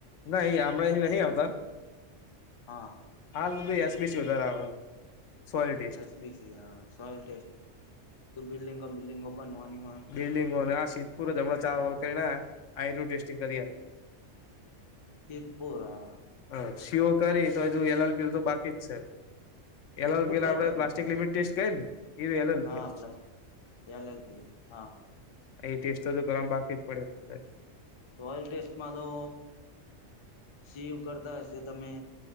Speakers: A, on the left; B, on the left.
A: ના એ હમણાં નહી આવતા
B: હા
A: હાલ તો ભાઈ યસ વીશ વધાર આવે soil test.
B: S B soil test બિલ્ડિંગો બિલ્ડિંગો બનવાની હોય
A: ફીરીગ અને આ શીધપુર જમણા ચાર ઓલ કરીને આઈ ન ટેસ્ટિંગ કરી
B: ત્રિપુરા
A: હ શીઓ કરી તો હજુયલાલ ગીલ તો બાકી જ છે
B: સિદ્ધપુર
A: એલા પેલા
B: કઈ
A: આપણે
B: બાજુ
A: પ્લાસ્ટિક
B: ઘર
A: લિમિટ ટેસ્ટ કરી ને એ એલ એલ
B: હા
A: પી
B: પ્લસ એલ એલ પીએ હા
A: એ ટેસ્ટ તો ગરમ બાકી જ પડે
B: સોઇલ ટેસ્ટમાં તો સીવ કરતા હશે તમે